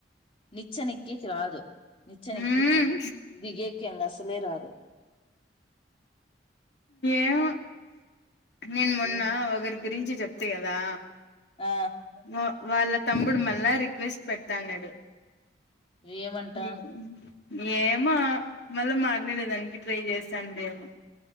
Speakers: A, on the left; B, on the left.
A: నిచ్చెన ఎక్కి రాదు నిచ్చెన ఎకి
B: ఉమ్
A: నిచ్చన ఎక్కించకు ముఖ్యంగా అసలే రాదు
B: ఏమో నేను మొన్న
A: ఏం
B: ఒకరి గురించి చెప్త తీయదా
A: ఆ
B: వా వాళ్ళ తమ్ముడు మళ్ల్ళా రి రిక్వెస్ట్ పెడతాన్నాడు
A: ఏమంటా
B: <inaudible> ఏం మా మళ్ళ మా ఆల్రెడీ రన్ గిట్ల చేస్తాండేమో